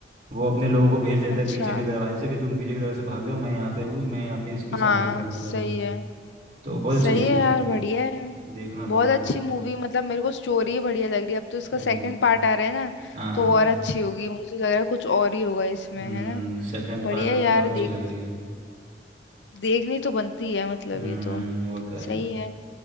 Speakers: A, on the right; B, on the left.
A: वो अपने लोगों को भेज देता
B: अच्छा
A: है पीछे के दरवाजे से कि तुम पीछे के दरवाजे से भाग जाओ मैं यहाँ पे हूँ मैं यहाँ पे इसकी संभाल
B: हाँ
A: कर लूँगा
B: सही है
A: तो बहुत
B: सही
A: अच्छी पिक्चर
B: है यार
A: है
B: बढ़िया है
A: देखना
B: बहुत
A: बहुत मज़ा
B: अच्छी
A: आए
B: मूवी मतलब मेरे को स्टोरी बढ़िया लग रही है अब तो इसका
A: हम्म
B: सेकंड पार्ट आ रहा है ना
A: हाँ हाँ,
B: तो और अच्छी होगी मुझे लग रहा है कुछ और ही होगा इसमें
A: हम्म
B: है ना
A: सेकंड
B: बढ़िया
A: पार्ट
B: यार
A: बहुत अच्छी
B: देखने
A: लग रही है
B: देखनी तो बनती है मतलब
A: हम्म
B: ये तो
A: वो तो है
B: सही है